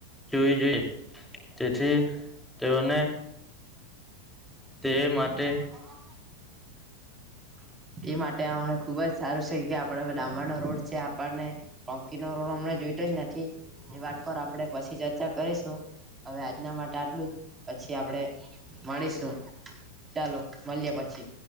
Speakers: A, in the centre; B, on the right.
A: જોઈ જોઈ તેથી તેઓને તે
B: <unintelligible>
A: માટે
B: એ માટે હ ખુબ જ સારું છે કે આપડા ડામરનો રોડ છે આપણને ટંકી નો રોડ હમને જોઈતો જ નથી. એની વાત પર આપણે પછી ચર્ચા કરીશું હવે આજના માટે આટલું જ પછી આપણે મળીશું. ચાલો મલીએ પછી